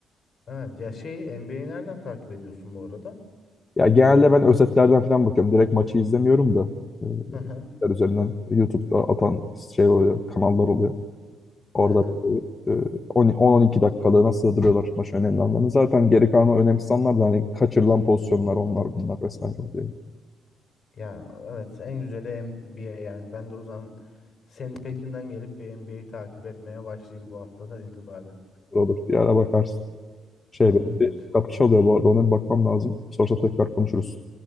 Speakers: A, on the left; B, on the left.
A: Evet ya şeyi NBA'yi nereden takip ediyorsun bu arada?
B: Ya genelde ben özetlerden falan bakıyorum. Direkt maçı izlemiyorum da. e,
A: Hı hı,
B: özetler üzerinden YouTube'da atan şey oluyor, kanallar oluyor. Orada
A: hı hı.
B: böyle, e, 10 10-12 dakikalığına sığdırıyorlar maç önemli anlarını. Zaten geri kalanı önemsiz anlar da hani kaçırılan pozisyonlar onlar bunlar vesaire oluyor. Yani
A: Ya evet en güzeli NBA yani. Ben de o zaman senin peşinden gelip bir NBA'yi takip etmeye başlayayım bu haftadan itibaren.
B: Olur olur. Bir ara bakarsın. Şey
A: Tamamdır.
B: benim bir kapı çalıyor bu arada. Ona bir bakmam lazım. Sorsa tekrar konuşuruz.